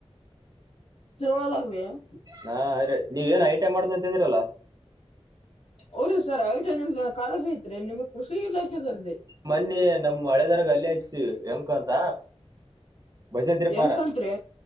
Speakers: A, on the left; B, on the right.
A: <unintelligible>
B: ಹಾ ಅ ನೀವ ಏನ್ ಐ ಟಐ ಮಾಡ್ದ ಅಂತ ಇದ್ರಲ್ಲಾ
A: ಹೋದ್ರಿ ಸರ್ ಐ ಟಿಐ ನಿಮ್ದ್ ಕಾಲೇಜ್ ಐತ್ರಿ ನಿಮ್ಗ್ ಕೃಷಿ ಇಲ್ಲಾ ಇಲಾಖೆದಾರದರಿ
B: ಮೊನ್ನಿ ನಮ ಹಳೆದರಾಗ ಅಲ್ಲಿ ಹಚ್ಚ ಎಂಕು ಅಂತ ಭಜನ್ತ್ರಿಪಾರ
A: ಎಂಕಂತ್ರಿ